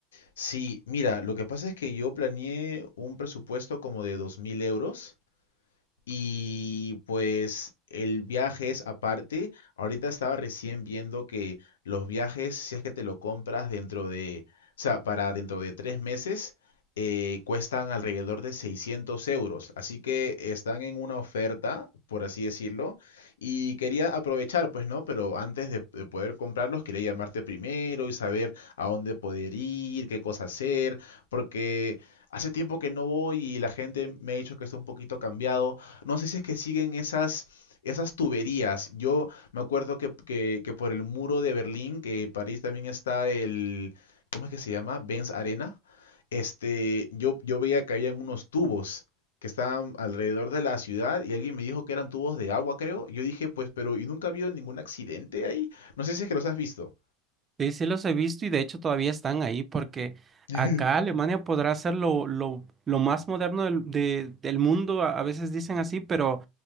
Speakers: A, on the left; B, on the right.
A: Sí, mira, lo que pasa es que yo planeé un presupuesto como de 2.000 euros. Y pues el viaje es aparte. Ahorita estaba recién viendo que los viajes, si es que te lo compras dentro de, o sea, para dentro de tres meses, eh, cuestan alrededor de 600 euros. Así que están en una oferta, por así decirlo. Y quería aprovechar, pues no, pero antes de, de poder comprarlos, quería llamarte primero y saber a dónde poder ir, qué cosa hacer, porque hace tiempo que no voy y la gente me ha dicho que está un poquito cambiado. No sé si es que siguen esas, esas tuberías. Yo me acuerdo que, que- que por el muro de Berlín, que París también está el, ¿cómo es que se llama? Benz Arena. Este, yo, yo veía que habían unos tubos que estaban alrededor de la ciudad y alguien me dijo que eran tubos de agua, creo. Yo dije, pues, pero ¿y nunca ha habido ningún accidente ahí? No sé si es que los has visto.
B: Sí, sí los he visto y de hecho todavía están ahí porque
A: <laughs>
B: acá Alemania podrá ser lo, lo, lo más moderno del, de- del mundo, a, a veces dicen así, pero